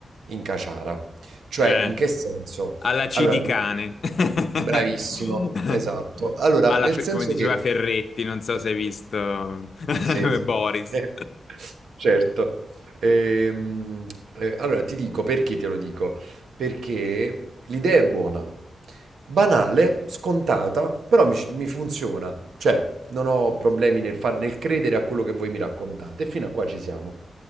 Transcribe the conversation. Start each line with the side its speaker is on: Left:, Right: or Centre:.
Right: in caciara. Cioè,
Left: Eh,
Right: in che senso?
Left: alla C
Right: Allora,
Left: di cane. <laughs>
Right: bravissimo, esatto. Allora,
Left: Alla
Right: nel
Left: Fe-
Right: senso
Left: come diceva
Right: che...
Left: Ferretti, non so se hai visto
Right: Sì,
Left: <laughs>
Right: sì.
Left: Boris.
Right: <laughs> Eh, certo. Ehm, eh, allora ti dico perché te lo dico perché l'idea è buona. Banale, scontata, però mi, mi funziona. Cioè, non ho problemi nel, far- nel credere a quello che voi mi raccontate. E fino a qua ci siamo.